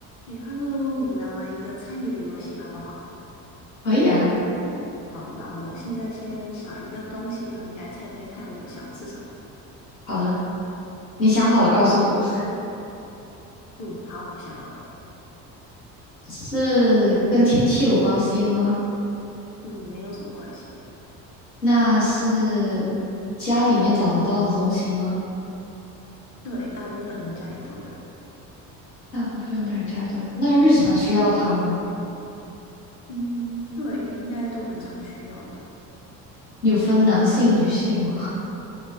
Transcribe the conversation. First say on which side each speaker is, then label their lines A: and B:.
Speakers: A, on the left (about 35°); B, on the left (about 85°).
A: 诶，Hello，我们来玩一个猜谜的游戏，好不好？
B: 可以啊，
A: 好，那我现在先想一个东西，然后你来猜猜看，我想的是什么？
B: 好的，你想好了告诉我，
A: 嗯，好，我想好了。
B: <laughs> 是跟天气有关系的吗？
A: 嗯，没有什么关系。
B: 那是家里面找得到的东西吗？
A: 对，大部分人家里都有。
B: 大部分的人家都，那日常需要它吗？
A: 嗯，对，应该都蛮常需要的，
B: 有分男性、女性吗？